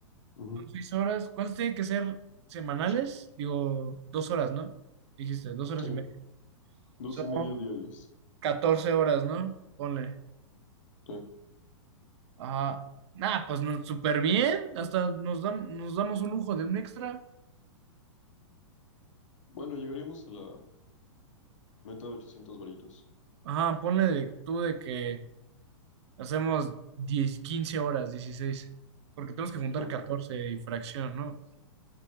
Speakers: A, on the left; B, on the right.
A: ujú,
B: Seis horas. ¿Cuánto tiene que ser semanales? Digo, dos horas, ¿no? Dijiste, dos horas
A: sí,
B: y media.
A: dos
B: Son
A: y medio diarias,
B: 14 horas, ¿no? Ponle.
A: sí.
B: Ajá. Nah, pues no, súper bien. Hasta nos, dam- nos damos un lujo de un extra.
A: Bueno, llegaríamos a la meta de ochocientos varitos.
B: Ajá, ponle de, tú de que hacemos diez quince horas, dieciséis Porque tenemos que juntar
A: Ujú,
B: 14 y fracción, ¿no?